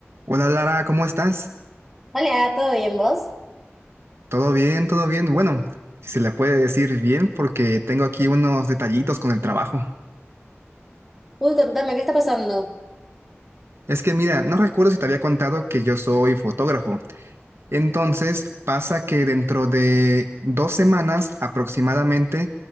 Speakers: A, on the right (about 65°); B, in the centre.
A: Hola Lara, ¿cómo estás?
B: Hola, ¿todo bien vos?
A: ¿Todo bien? ¿Todo bien? Bueno, si se le puede decir bien porque tengo aquí unos detallitos con el trabajo.
B: Uy, contame, ¿qué está pasando?
A: Es que mira, no recuerdo si te había contado que yo soy fotógrafo. Entonces, pasa que dentro de dos semanas aproximadamente